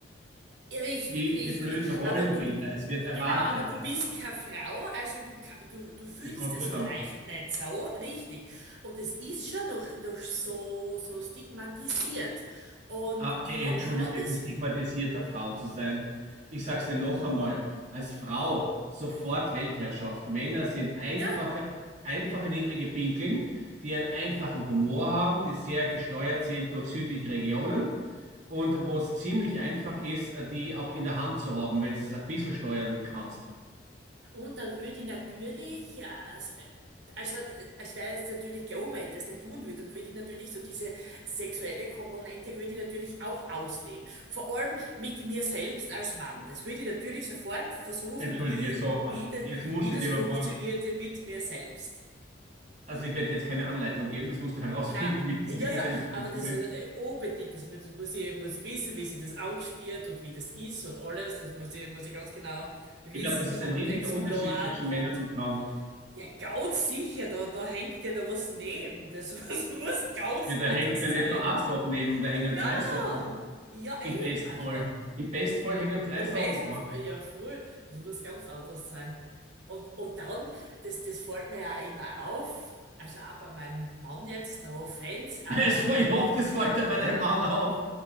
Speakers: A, on the right; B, on the right.
A: Richtig,
B: Die,
A: richtig.
B: die blöden Rollenbilder.
A: Aber du,
B: Es wird
A: genau,
B: erwartet,
A: aber du
B: das.
A: bist keine Frau, also du, ka- du, du fühlst
B: Ja, Gott
A: das
B: sei
A: vielleicht
B: Dank.
A: nicht so richtig. Und es ist schon noch, noch so, so stigmatisiert. Und
B: Ah,
A: ich
B: die Entschuldigung,
A: habe schon
B: es
A: das,
B: ist stigmatisierter, Frau zu sein. Ich sag's dir noch einmal, als Frau sofort Weltherrschaft. Männer sind einfache,
A: ja,
B: einfache niedrige Pinkeln, die einen einfachen Humor haben, die sehr gesteuert sind durch südliche Regionen und wo es ziemlich einfach ist, äh, die auch in der Hand zu haben, wenn du es ein bisschen steuern kannst.
A: Und dann würde ich natürlich, ja, s- äh, also äh, es wäre jetzt natürlich klar, wenn ich das nicht tun würde, dann würde ich natürlich so diese sexuelle Komponente würde ich natürlich auch ausleben. Vor allem mit mir selbst als Mann. Das würde ich natürlich sofort versuchen,
B: Entschuldige,
A: <laughs> wie,
B: so,
A: wie
B: ach,
A: das,
B: jetzt muss
A: wie
B: ich
A: das
B: dir
A: funktionierte
B: mal fragen.
A: mit mir selbst.
B: Also ich werde jetzt keine Anleitung geben, das musst du <laughs> herausfinden,
A: Na,
B: wie das
A: ja,
B: mit
A: ja,
B: dir selber
A: aber
B: funktioniert.
A: das äh, unbedingt, das, das muss ich, muss ich wissen, wie sie das ausspielt und wie das ist und alles, das muss ich, muss ich ganz genau wissen
B: Ich glaube, das ist
A: und
B: ein riesiger
A: exploren
B: Unterschied zwischen
A: und
B: Männern und Frauen.
A: Ja, ganz sicher, da, da hängt ja da was neben. Das <laughs> muss, muss ganz
B: Ja, da
A: anders
B: hängt ja nicht
A: sein.
B: nur eine Sache neben, da hängen
A: Ja,
B: drei Sachen.
A: ja eben,
B: Im Bestfall.
A: also
B: Im Bestfall hängen drei
A: ich
B: Sachen,
A: weiß,
B: aber. <laughs>
A: ja voll, das muss ganz anders sein. Und, und dann, das, das fällt mir ja immer auf, also auch bei meinem Mann jetzt, no offense, aber
B: Es war, ich hoffe, das fällt dir bei deinem Mann auf.